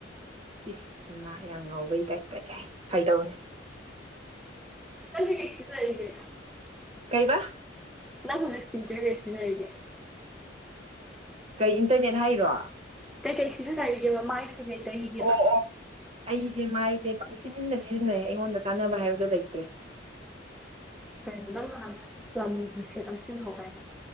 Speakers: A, on the right; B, in the centre.
A: ꯏꯁ ꯃꯥ ꯌꯥꯝ ꯉꯧꯕꯩ ꯇꯗꯥ ꯇ ꯀꯥꯏ ꯐꯩꯗꯧꯅꯤ
B: ꯅꯪꯗꯤ ꯀꯩꯁꯤꯗꯔꯒꯦ
A: ꯀꯩꯕꯥ
B: ꯅ ꯍꯧꯏꯖꯤ ꯁꯤ ꯀꯦ ꯌꯦꯁꯤ ꯅ ꯑꯩꯒꯦ
A: ꯀꯩ ꯏꯟꯇꯔꯅꯦꯠ ꯍꯥꯏꯔꯣ
B: ꯀꯩꯀꯩ ꯁꯤꯖꯤꯟꯅꯔꯤꯒꯦꯕ ꯃꯥꯒꯤꯗꯤ ꯀꯩꯀꯩ ꯇꯪꯈꯤꯒꯦꯕ
A: ꯑꯣ ꯑꯩꯁꯦ ꯃꯥꯏꯁꯦ ꯄꯥꯛꯁꯤꯟꯅ ꯁꯤꯖꯤꯟꯅꯩ ꯑꯩꯉꯣꯟꯗ ꯆꯥꯟꯅꯕ ꯍꯥꯏꯕꯗꯣ ꯂꯩꯇ꯭ꯔꯦ
B: ꯀꯩꯅꯣ ꯅꯪ ꯅꯍꯥꯟ ꯂꯝꯕꯨꯁꯦꯠ ꯌꯥꯝ ꯁꯤꯅꯍꯧꯕ ꯍꯥꯏꯅꯦ